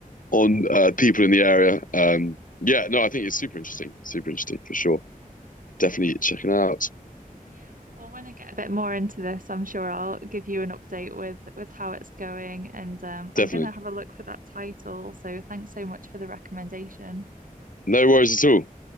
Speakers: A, on the left; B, on the right.
A: on uh, people in the area. Um, yeah, no, I think it's super interesting. Super interesting for sure. Definitely check it out.
B: Yeah, well, when I get a bit more into this, I'm sure I'll give you an update with with how it's going, and um,
A: Definitely.
B: I'm gonna have a look for that title. So thanks so much for the recommendation.
A: No worries at all.